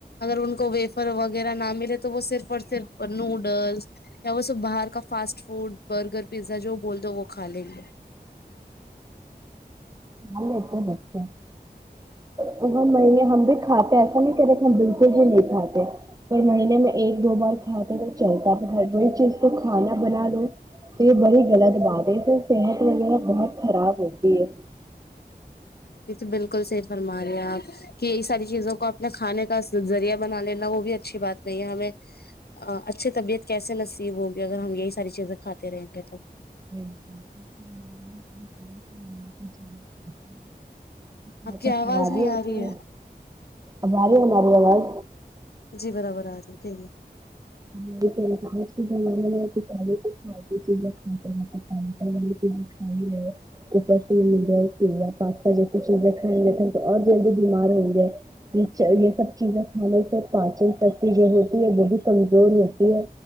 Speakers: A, on the left; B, on the right.
A: اگر ان کو ویفر وغیرہ نہ ملے تو وہ صرف اور صرف نوڈلس یا وہ سب باہر کا فاسٹ فوڈ برگر پیزا جو بول دو وہ کھا لیں گے
B: لیتے ہیں بچے تو نہیں ہم بھی کھاتے ہیں نہیں کرے ہم بالکل ہی نہیں کھاتے اور مہینے میں ایک دو بار کھاتے تو چلتا ہے وہی چیز تو کھانا بنا لو یہ بڑی غلط بات ہے اس سے صحت وغیرہ بہت خراب ہوتی ہے
A: یہ تو بالکل صحیح فرما رہے ہیں آپ کہ یہ ساری چیزوں کو اپنے کھانے کا ذریعہ بنا لینا وہ بھی اچھی بات نہیں ہے ہمیں اچھی طبیعت کیسے نصیب ہوگی اگر ہم یہی ساری چیزیں کھاتے رہیں گے تو
B: <inaudible> بہت
A: اپ کی
B: خرابی
A: آواز نہیں
B: ہوتی
A: آ رہی ہے
B: اب ا رہی ہے ہماری اواز
A: جی برابر آ جاتی
B: آج کے زمانے میں کہ پہلے پہلے کے زمانے میں کھاد والی چیزیں کھائی ہیں اور اج ہم کیمیکل والی چیزیں کھا رہے ہیں اوپر سے پاستا جیسی چیزیں کھائیں گے تھے تو اور جلدی بیمار ہوں گے یہ سب چیزیں کھانے سے پاچن سکتی جو ہوتی ہے وہ بھی جوری ہوتی ہے